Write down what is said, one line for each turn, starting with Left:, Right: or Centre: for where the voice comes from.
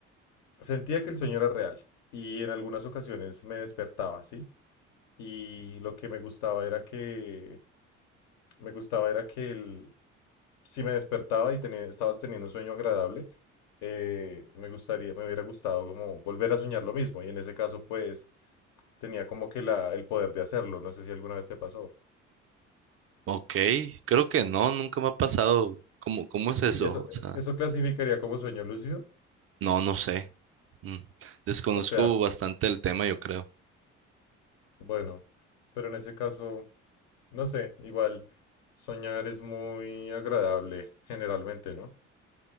Left: Sentía que el sueño era real y en algunas ocasiones me despertaba, ¿sí? Y lo que me gustaba era que me gustaba era que el- si me despertaba y tenía, estabas teniendo un sueño agradable, eh, me gustaría, me hubiera gustado como volver a soñar lo mismo. Y en ese caso, pues, tenía como que la, el poder de hacerlo. No sé si alguna vez te pasó.
Right: Ok, creo que no, nunca me ha pasado. ¿Cómo, cómo es
Left: Y
Right: eso?
Left: eso,
Right: O sea,
Left: eso clasificaría como sueño lúcido.
Right: no, no sé. Mm. Desconozco
Left: O sea,
Right: bastante el tema, yo creo.
Left: bueno, pero en ese caso, no sé, igual soñar es muy agradable generalmente, ¿no?